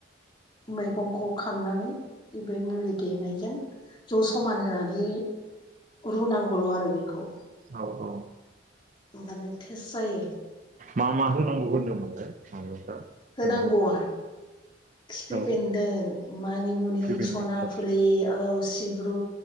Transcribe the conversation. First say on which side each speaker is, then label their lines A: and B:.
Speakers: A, on the left; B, on the right.
A: मैगंखौ खांनानै इबे मुलि देनायजों ज' समान होनानै रुनांगौल' आरो बेखौ
B: औ
A: होमबानो थेस्ट जायो।
B: मा मा होनांगौ होनदोंमोनलाय <unintelligible>
A: होनांगौवा
B: मैगं
A: खिफि बेन्दों
B: औ
A: मानि मुनि,
B: केबेनाखौ
A: स'ना फुलि औ सिब्रु